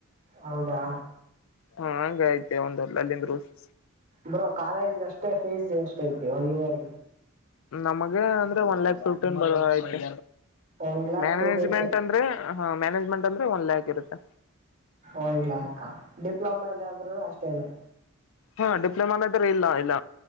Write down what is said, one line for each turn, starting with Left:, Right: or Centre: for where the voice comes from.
Right: ಹೌದಾ.
Left: ಹಾ ಹಂಗ ಐತೆ ಒಂದ ಅಲ್ಲಿಂದ ರೂಲ್ಸ್.
Right: ಬ್ರೋ ಕಾಲೇಜ್ಗೆ ಅಷ್ಟೇ ಫೀಸ್ ಎಷ್ಟ ಐತಿ ಒನ್ ಇಯರ್.
Left: ನಮಗ ಅಂದ್ರೆ ಒನ್ ಲ್ಯಾಕ್ ಫಿಫ್ಟನ್ ಆಯ್ತಿ
Right: one lakh
Left: management
Right: two thousand
Left: ಅಂದ್ರೆ. ಹಾ ಮ್ಯಾನಜ್ಮೆಟ್ ಅಂದ್ರೆ ಒಂದ ಲ್ಯಾಕ್ ಇರುತ್ತೆ.
Right: ಒನ್ ಲ್ಯಾಕಾ ಡಿಪ್ಲೊಮ ಎಲ್ಲ ಆದ್ರರು ಅಷ್ಟೇನಾ.
Left: ಹಾ ಡಿಪ್ಲೊಮಾನ್ರ ಇಲ್ಲ ಇಲ್ಲ